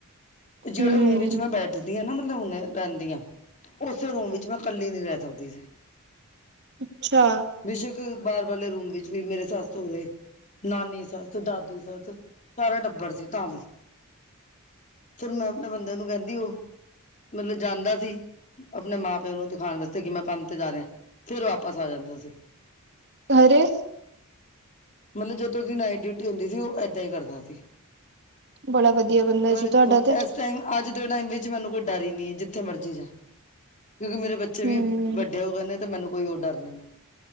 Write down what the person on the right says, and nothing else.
ਹਮ
ਅੱਛਾ
ਅਰੇ।
ਬੜਾ ਵਧੀਆ ਬੰਦਾ
ਸੀ ਤੁਹਾਡਾ ਤੇ
ਹੂੰ।